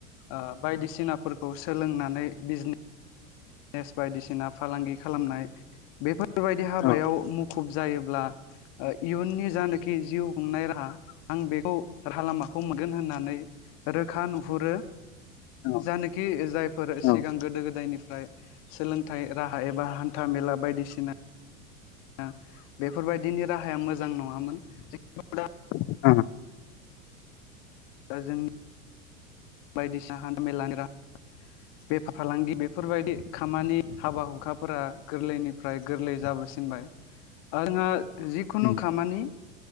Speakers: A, on the left (about 50°); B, on the left (about 30°).
A: ओ बायदिसिनाफोरखौ सोलोंनानै बिजनेस बिजनेस बायदिसिना फालांगि खालामनाय बेफोरबायदि हाबायाव
B: औ
A: मुखुब जायोब्ला ओ इयुननि जानोखि जिउ खुंनाय राहा आं बेखौ राहा लामा हम मोनगोन होननानै रोखा नुहुरो।
B: औ
A: जानोखि जायफोर
B: औ
A: सिगां
B: ओ
A: गोदो गोदायनिफ्राय सोलोंथाइ राहा एबा हान्था मेला बायदिसिना। ओ बेफोरबायदिनि राहाया मोजां नङामोन जि बा।
B: हूम गोन होनानै रोखा नुहुरो ।
A: दा जोंनि। बायदिसिना हान्था मेलानि राहा बेफार फालांगि बेफोरबायदि खामानि हाबा हुखाफोरा गोरलैनिफ्राय गोरलै जाबोसिनो। बाय आंहा जिखुनु
B: उम
A: खामानि